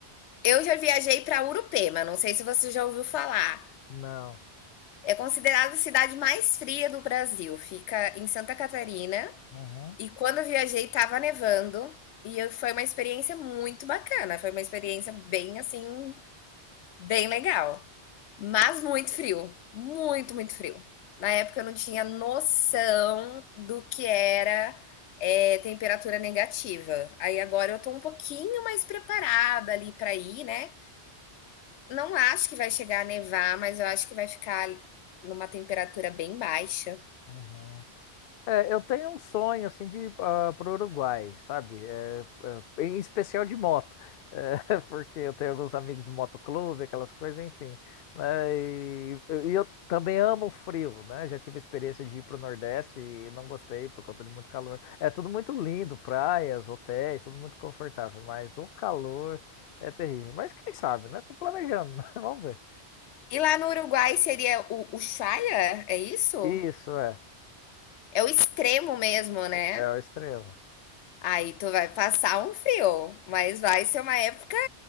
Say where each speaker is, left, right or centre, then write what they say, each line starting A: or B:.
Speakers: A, on the left; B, on the left.
A: eu já viajei para Urupema, não sei se você já ouviu falar.
B: Não.
A: É considerada a cidade mais fria do Brasil, fica em Santa Catarina.
B: Uhum.
A: E quando eu viajei estava nevando e eu- foi uma experiência muito bacana, foi uma experiência bem assim Bem legal, mas muito frio, muito, muito frio. Na época eu não tinha noção do que era é, temperatura negativa. Aí agora eu tô um pouquinho mais preparada ali para ir, né? Não acho que vai chegar a nevar, mas eu acho que vai ficar numa temperatura bem baixa.
B: Uhum. É, eu tenho um sonho assim de ir para o Uruguai, sabe? É, é, em especial de moto, É, <laughs> porque eu tenho alguns amigos de motoclube, aquelas coisas, enfim. Mas, e eu e eu também amo o frio, né? Já tive a experiência de ir para o Nordeste e não gostei por conta de muito calor. É tudo muito lindo, praias, hotéis, tudo muito confortável, mas o calor é terrível. Mas quem sabe, né? Tô planejando, <laughs> vamos ver.
A: E lá no Uruguai seria o, o Ushuaia, é isso?
B: Isso é,
A: É o extremo mesmo, né?
B: é o extremo.
A: Aí tu vai passar um frio, mas vai ser uma época,